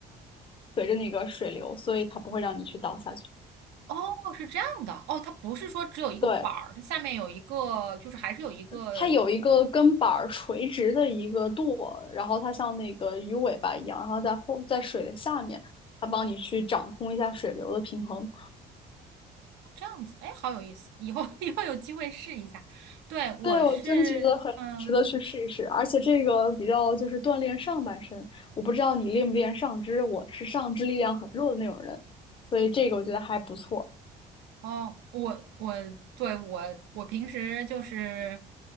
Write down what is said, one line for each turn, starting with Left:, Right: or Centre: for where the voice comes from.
Left: 随着那个水流，所以它不会让你去倒下去。
Right: 哦，是这样的，哦，它不是说只有一个板儿，
Left: 对，
Right: 它下面有一个，就是还是有一个
Left: 它有一个跟板儿垂直的一个舵，然后它像那个鱼尾巴一样，然后在后在水的下面，它帮你去掌控一下水流的平衡。
Right: 这样子，哎，好有意思，以后 <laughs> 以后有机会试一下。对，我是，
Left: 对，我真的觉得很值得去试一试，
Right: 嗯。
Left: 而且这个比较就是锻炼上半身。我不知道你练不练上肢，我是上肢力量很弱的那种人，所以这个我觉得还不错。
Right: 哦，我我对我我平时就是，